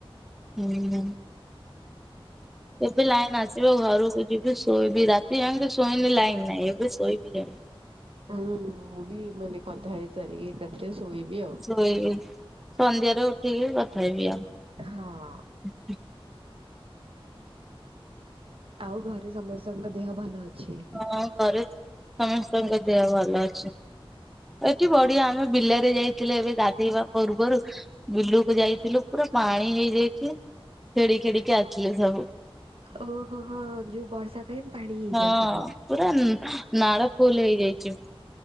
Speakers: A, in the centre; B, on the right.
A: ହୁଁ ହୁଁ ଏବେ ଲାଇନ ଆସିବ, ଘରକୁ ଯିବି ଶୋଇବି, ରାତି ଯାଣିକି ଶୋଇନି ଲାଇନ ନାହିଁ, ଏବେ ଶୋଇବି ଯା
B: ହୁଁ ମୁଁ ବି ମାନେ କଥା ହେଇସାରିକି ରାତି ରେ ଶୋଇବି ଆଉ
A: ଶୋଇବି ସନ୍ଧ୍ୟାରେ ଉଠିକି କଥା ହେବି ଆଉ
B: ହଁ। ଆଉ ଘରେ ସମସ୍ତଙ୍କ ଦେହ ଭଲ ଅଛି?
A: ହଁ ଘରେ ସମସ୍ତଙ୍କ ଦେହ ଭଲ ଅଛି। ଏଠି ବଢିଆ, ଆମେ ବିଲରେ ଯାଇଥିଲେ ଏବେ ଗାଧେଇବା ପୂର୍ବରୁ ବିଲକୁ ଯାଇଥିଲୁ, ପୁରା ପାଣି ହେଇଯାଇଛି, ଖେଡି ଖେଡିକି ଆସିଲେ ସବୁ।
B: ଓହୋ, ହଁ, ଯୋଉ ବର୍ଷା ପାଇଁ ପାଣି ହେଇଯାଇଥିବ।
A: ହଁ ପୁରା ନାଳ ଫୁଲ ହେଇଯାଇଛି।